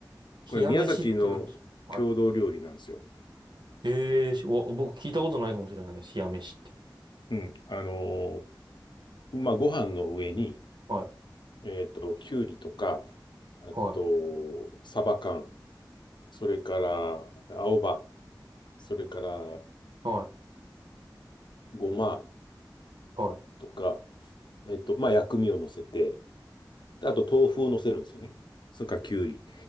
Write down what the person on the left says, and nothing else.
これ、
宮崎の郷土料理なんですよ。
うん。あのーまあ、ご飯の上に、
えっと、きゅうりとか、あと、
サバ缶、それから、青葉、それから、
ごま
とか、えっと、まあ、薬味を乗せて、であと、豆腐を乗せるんですよね。それから、きゅうり。